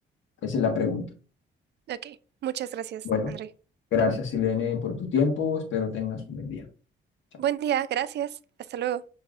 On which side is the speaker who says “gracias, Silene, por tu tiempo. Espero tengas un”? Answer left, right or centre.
Left